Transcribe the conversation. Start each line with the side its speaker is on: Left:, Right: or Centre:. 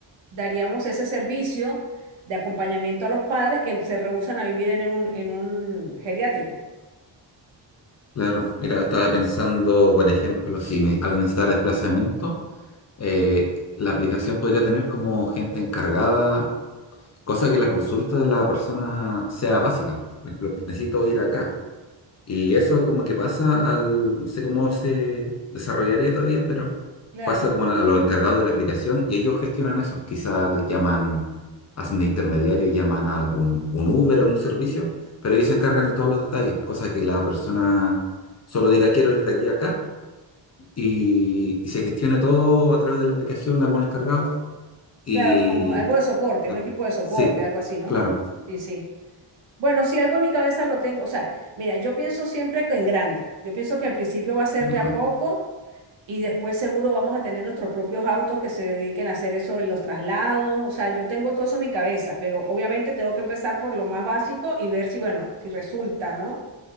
Right: daríamos ese servicio de acompañamiento a los padres que se rehúsan a vivir en un, en un geriátrico.
Left: Claro, mira, estaba pensando, por ejemplo, si ne- alguien necesitara desplazamiento, eh, la aplicación podría tener como gente encargada, cosa que la consulta de la persona sea básica. Por ejemplo, necesito ir acá. Y eso como que pasa al, no sé cómo se desarrollaría todavía, pero
Right: Claro,
Left: pasa como a, a los encargados de la aplicación y ellos gestionan eso. Quizá le llaman, hacen de intermediario y llaman a algún un Uber, algún servicio, pero ellos se encargan de todos los detalles, cosa que la persona solo diga quiero ir de aquí a acá y, y se gestione todo a través de la aplicación de algún encargado. Y
Right: claro, como algo de soporte,
Left: pues,
Right: un equipo de soporte,
Left: sí,
Right: algo así, ¿no?
Left: claro.
Right: Sí, sí. Bueno, sí, algo en mi cabeza lo tengo. O sea, mira, yo pienso siempre que en grande. Yo pienso que al principio va a ser
Left: Ajá.
Right: de a poco y después seguro vamos a tener nuestros propios autos que se dediquen a hacer eso de los traslados. O sea, yo tengo todo eso en mi cabeza, pero obviamente tengo que empezar por lo más básico y ver si, bueno, si resulta, ¿no?